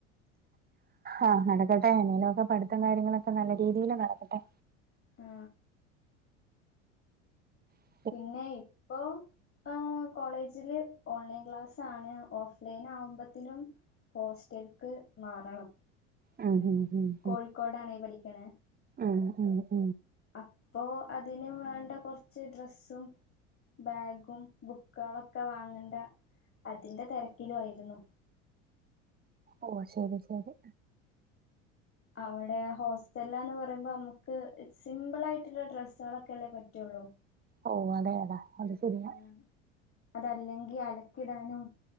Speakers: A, on the right (about 25°); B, on the left (about 35°).
A: ആഹ് നടക്കട്ടെ എന്തേലുക്കെ പഠിത്തം കാര്യങ്ങളൊക്കെ നല്ല രീതീൽ നടക്കട്ടെ.
B: ആ
A: മ്
B: പിന്നെയ് ഇപ്പോ പ്പോ കോളേജിൽ ഓൺലൈൻ ക്ലാസാണ് ഓഫ്ലൈന് ആവുമ്പോതിനും ഹോസ്റ്റൽക്ക് മാറണം
A: ആ മ് മ്
B: കോഴിക്കോടാണേ പഠിക്ക്ണ്
A: ആ അ അ
B: അപ്പോ അതിന് വേണ്ട കൊറച്ച് ഡ്രസ്സും ബാഗും ബുക്കാളൊക്കെ വാങ്ങണ്ടെ അതിന്റെ തിരക്കിൽ ആയിരുന്നു
A: ഓ ശരി ശരി.
B: അവിടേ ഹോസ്റ്റലാന്ന് പറിയുമ്പോ നമ്മുക്ക് സിംമ്പിൾ ആയിട്ടുള്ള ഡ്രസ്സുകളൊക്കെല്ലേ പറ്റുള്ളൂ
A: ഓ അതെ അതെ അത് പിന്നെ
B: ആഹ് അതല്ലെങ്കി അലക്കിടാനും